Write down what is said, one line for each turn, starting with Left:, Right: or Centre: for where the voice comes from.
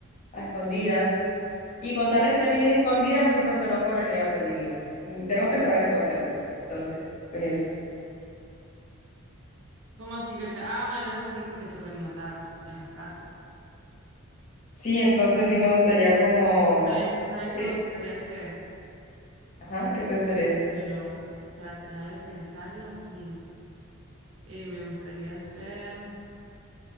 Left: a escondidas. Y con tal esté bien escondida, siento que no correría peligro. Mm, Tengo que saber esconderme, ¿no? Entonces, pues eso.
Right: ¿cómo así que te...? Ah, bueno, eso sí, porque te pueden matar en las casas.
Left: Sí, entonces sí me gustaría como...
Right: También, ¿Sabes
Left: sería-
Right: qué me gustaría hacer?
Left: Ajá, ¿qué te gustaría hacer?
Right: Bueno, trata de pensarlo bien. Eh, me gustaría hacer...